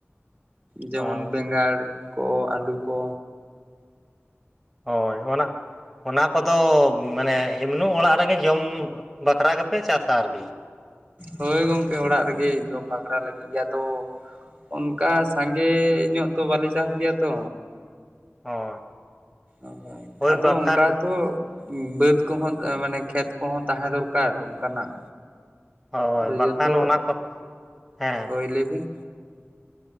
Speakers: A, on the right; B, in the centre.
A: ᱡᱮᱢᱚᱱ
B: ᱦᱚᱸ
A: ᱵᱮᱸᱜᱟᱲ ᱠᱚ ᱟᱹᱞᱩ ᱠᱚ
B: ᱦᱳᱭ ᱚᱱᱟ ᱚᱱᱟ ᱠᱚᱫᱚ ᱢᱟᱱᱮ ᱮᱢᱱᱩ ᱚᱲᱟᱜ ᱨᱮᱜᱮ ᱡᱚᱢ ᱵᱟᱠᱷᱨᱟ ᱜᱮᱯᱮ ᱪᱟᱥᱟ ᱟᱨᱠᱤ
A: ᱦᱳᱭ ᱜᱚᱝᱠᱮ ᱚᱲᱟᱜ ᱨᱮᱜᱮ ᱡᱚᱢ ᱵᱟᱠᱷᱨᱟ ᱞᱟᱹᱜᱤᱫ ᱜᱮ ᱟᱫᱚ ᱚᱱᱠᱟ ᱥᱟᱸᱜᱮ ᱧᱚᱜ ᱛᱚ ᱵᱟᱞᱮ ᱪᱟᱥ ᱜᱮᱭᱟ ᱛᱚ
B: ᱦᱳᱭ
A: ᱚ
B: ᱦᱳᱭ
A: ᱟᱫᱚ
B: ᱵᱟᱝᱠᱷᱟᱱ
A: ᱚᱱᱠᱟ ᱫᱚ ᱵᱟᱹᱫᱽ ᱠᱚᱦᱚᱸ ᱢᱟᱱᱮ ᱠᱷᱮᱛ ᱠᱚᱦᱚᱸ ᱛᱟᱦᱮᱸ ᱫᱚᱨᱠᱟᱨ ᱚᱱᱠᱟᱱᱟᱜ
B: ᱦᱳᱭ
A: ᱟᱫᱚ
B: ᱵᱟᱝᱠᱷᱟᱱ
A: ᱡᱚᱛᱚ
B: ᱚᱱᱟ ᱠᱚ ᱦᱮᱸ
A: ᱦᱳᱭ ᱞᱟᱹᱭᱵᱤᱱ